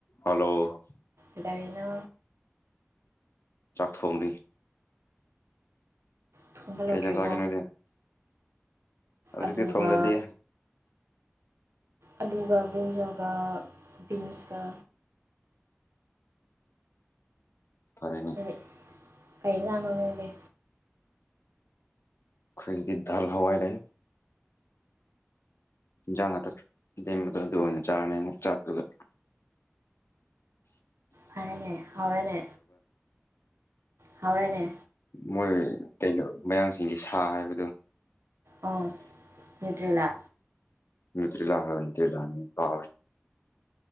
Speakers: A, on the left; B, on the right.
A: hello
B: ꯏꯔꯤꯅꯣ
A: ꯆꯥꯛꯊꯣꯡꯅꯤ
B: ꯊꯣꯡꯍꯜꯂꯣꯏꯗ꯭ꯔꯦꯕꯣ
A: ꯀꯩ ꯌꯦꯟꯖꯥꯡ ꯆꯥꯒꯦ ꯅꯣꯏꯗꯤ ꯍꯧꯖꯤꯛꯇꯤ
B: ꯑꯗꯨꯒ
A: ꯊꯣꯡꯒꯠꯂꯤ
B: ꯑꯂꯨꯒ ꯕꯨꯖꯣꯒ ꯕꯤꯟꯁ ꯀ
A: ꯐꯔꯦꯅꯤ
B: ꯍꯥꯏꯗꯤ ꯀꯩ ꯇꯥꯉꯣꯅ ꯏꯗꯦ
A: ꯈꯩꯇꯗ ꯙꯜ ꯍꯋꯥꯏꯅꯦ ꯌꯦꯟꯖꯥꯡ ꯉꯥꯛꯇ ꯂꯦꯝꯕꯗꯣ ꯑꯗꯨ ꯑꯣꯏꯅ ꯆꯥꯔꯅꯤ ꯑꯃꯨꯛ ꯆꯥꯛꯄꯒ <unintelligible> <inaudible>
B: ꯍꯅꯦ ꯍꯅꯦ ꯍꯥꯎꯔꯦꯅꯦ
A: ꯃꯣꯏ ꯀꯩꯅꯣ ꯃꯌꯥꯡꯁꯤꯡꯁꯤ ꯁꯥ ꯍꯥꯏꯕꯗꯨꯣ
B: ꯑꯥꯎ ꯅꯦꯇ꯭ꯔꯤꯂ
A: ꯃꯤꯇꯔꯤꯂ ꯍꯥꯏꯔꯕꯇ ꯂꯅꯤ ꯀꯥ